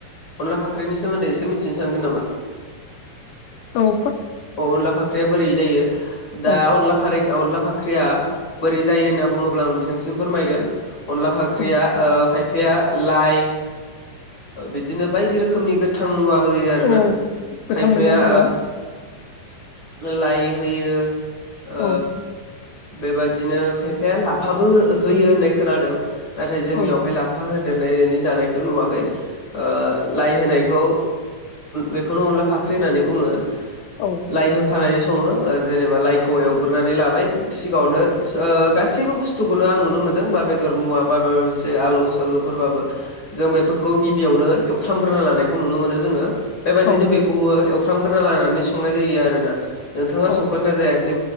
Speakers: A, on the left; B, on the left.
A: अनला फाख्रिनि सोमोन्दै एसे मिथिनो सानगोन नामा
B: औ
A: अ अनला फाख्रिया बोरै जायो दा
B: औ
A: अनला फ अनला फाख्रिया बोरै जायो होनना बुङोब्ला आं नोंथांनिसिम फोरमायगोन अनला फाख्रिया
B: औ
A: खायफाया लाइ बिदिनो बायदि रोखोमनि गोथां मुवा होयो आरोना
B: औ गोथां
A: खायफाया
B: मैगं थाइगं
A: लाइ होयो ओ
B: औ
A: बेबायादिनो खायफाया लाफाबो होयो होननाय खोनादों नाथाय जोंनियावहाय
B: औ
A: लाफा हो जानायखौ नुवाखै ओ लाइ होनायखौ बेखौनो अनला फाख ख्रि होननानै बुङो
B: औ
A: लाइ होफानानै सङो जेनेबा लाइखौ एवग्रानै लाबाय सिगाङावनो ओ गासैबो बुस्थुखौनो आं नुनो मोन्दों बा बेदर मुवा बा माबा मोनसे आलु सालुफोरबाबो जों बेफोरखौ गिबियावनो एवफ्रामग्रोना लानायखौ नुनो मोनो जोङो बेबायदिनो
B: औ
A: बेखौबो एवफ्रामग्रोना लानानै संनाय जायो आरोना नोंथाङा
B: औ
A: संफेरना जायाखै